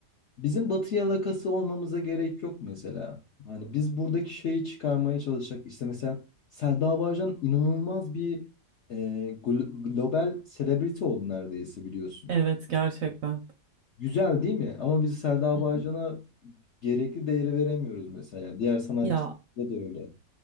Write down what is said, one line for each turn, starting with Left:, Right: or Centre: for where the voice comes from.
Left: bizim batı yalakası olmamıza gerek yok mesela. Hani biz buradaki şeyi çıkarmaya çalışacak. İşte mesela Selda Bağcan inanılmaz bir e, glo- global celebrity oldu neredeyse biliyorsun.
Right: Evet gerçekten.
Left: Güzel değil mi? Ama biz Selda
Right: Hı hı.
Left: Bağcan'a gerekli değeri veremiyoruz mesela. Yani Diğer sanatçılarda
Right: Ya
Left: da öyle.